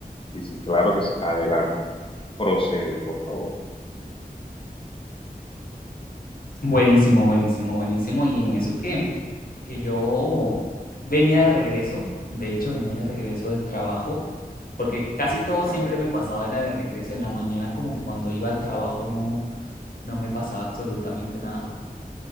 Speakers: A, on the left; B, on the left.
A: Y sí, claro que sí, adelante, procede, por favor.
B: Buenísimo, buenísimo, buenísimo. Y en eso que, que yo venía de regreso, de hecho venía de regreso del trabajo, porque casi todo siempre me pasaba en la de regreso, en la mañana como que cuando iba al trabajo no, no me pasaba absolutamente nada.